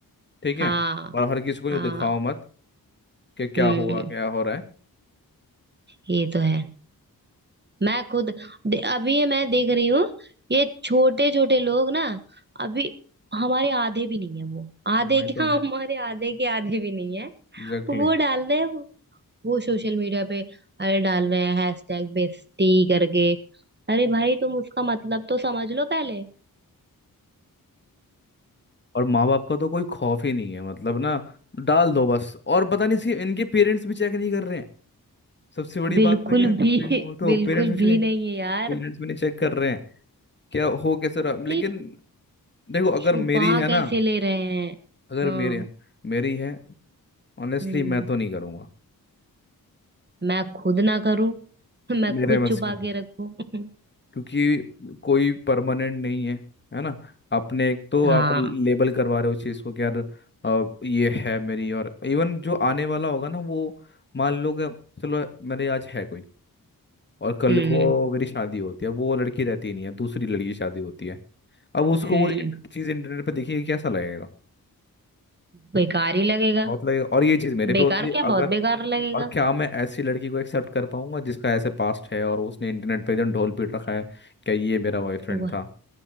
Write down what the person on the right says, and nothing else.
हाँ
हाँ
हम्म
ये तो है मैं खुद दे, अभी ये मैं देख रही हूँ ये छोटे छोटे लोग ना अभी हमारे आधे भी नहीं है वो आधे
क्या
<laughs> हमारे आधे के आधे भी नहीं है
वो
डाल रहे हैं वो सोशल मीडिया पे अरे डाल रहे हैं हैशटैग बेस्टी करके अरे भाई तुम उसका मतलब तो समझ लो पहले
बिल्कुल
भी <laughs>
बिल्कुल
भी
नहीं है यार
अरे
छुपा
कैसे
ले रहे हैं
हाँ
हम्म
मैं खुद ना करूं <laughs> मैं
खुद
छुपा
के रखूं <laughs>
हाँ
हम्म
हम्म
बेकार ही लगेगा
बेकार
क्या
बहुत बेकार लगेगा
वह